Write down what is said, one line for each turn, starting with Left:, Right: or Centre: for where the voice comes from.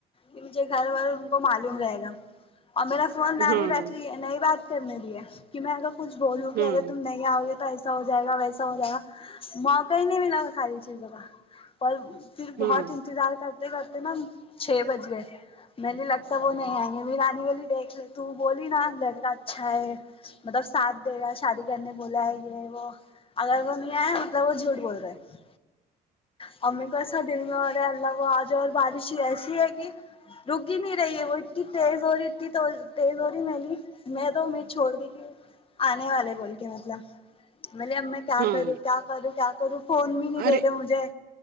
Left: کہ مجھے گھر ور ان کو معلوم رہے گا اور میرا فون نانی
Right: ہاں
Left: رکھ لئے نئی بات کرنے دیہ کہ میں اگر کچھ بولوں کہ
Right: ہاں
Left: ارے تم نئی نئی آؤ گے تو ایسا ہو جائے گا ویسا ہو جائے گا موقع ہی نہیں ولا وہ ساری چیزوں کا <unintelligible> پھر بہت
Right: ہاں
Left: انتظار کرتے کرتے نا چھ بج گئے میں نے لگتا وہ نہیں آئیں گے میری نانی بولی دیکھ لے تو بولی نا لڑکا اچھا ہے مطلب ساتھ دے گا شادی کرنے بولا ہے یہ وہ اگر وہ نہیں آئے مطلب وہ جھوٹ بول رہے ہیں اور امی کو ایسا دل میں ہوں رہے اللہ وہ ا جائے اور بارش ہی ایسی ہے کہ رکی ہی نہیں رہی ہے وہ ا تیز ہو رہی ا تھی تو تیز ہو رہی میں نے میں تو امید چھوڑ دی تھی آنے والے بول کے مطلب میں نہ ا میں کیا
Right: ہاں
Left: کروں کیا کروں کیا کروں فون بھی نہیں دے
Right: ارے
Left: رہے مجھے